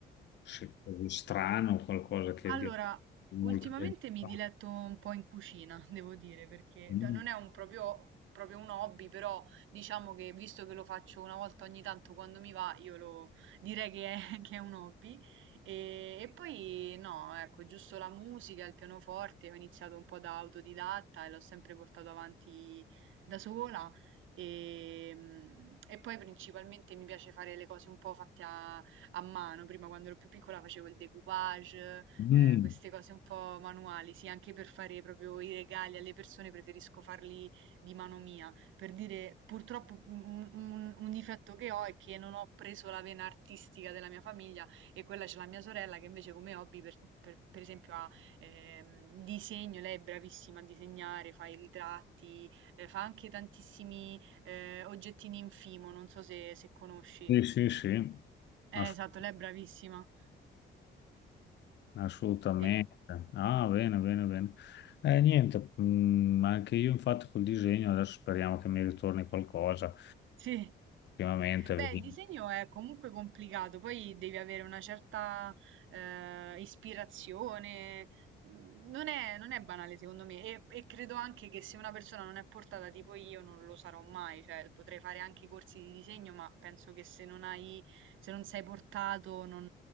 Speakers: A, on the left; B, on the right.
A: sì, così strano, qualcosa che
B: Allora,
A: di- molta
B: ultimamente
A: gente
B: mi
A: fa?
B: diletto un po' in cucina, <laughs> devo dire, perché
A: Mm,
B: da- non è un proprio, proprio un hobby, però diciamo che visto che lo faccio una volta ogni tanto quando mi va, io lo direi che è, <laughs> che è un hobby. E, e poi no, ecco, giusto la musica, il pianoforte, ho iniziato un po' da autodidatta e l'ho sempre portato avanti da sola. E, mm, e poi principalmente mi piace fare le cose un po' fatte a, a mano. Prima, quando ero più piccola, facevo il decoupage,
A: mm,
B: eh, queste cose un po' manuali, sì, anche per fare proprio i regali alle persone preferisco farli di mano mia. Per dire, purtroppo un, un- un difetto che ho è che non ho preso la vena artistica della mia famiglia e quella c'è la mia sorella che invece come hobby, per, per- per esempio, ha ehm, disegno, lei è bravissima a disegnare, fa i ritratti, eh, fa anche tantissimi eh, oggettini in fimo, non so se, se conosci.
A: Sì, sì, sì.
B: Eh,
A: Assolutamente.
B: esatto, lei è bravissima.
A: Assolutamente.
B: E-
A: Ah, bene, bene, bene. Eh, niente, mm, anche io infatti col disegno adesso speriamo che mi ritorni qualcosa.
B: Sì.
A: Ultimamente,
B: Beh,
A: vedi.
B: il disegno è comunque complicato, poi devi avere una certa eh, ispirazione. Mm, Non è, non è banale, secondo me, e, e credo anche che se una persona non è portata tipo io non lo sarò mai, cioè potrei fare anche corsi di disegno, ma penso che se non hai, se non sei portato, non,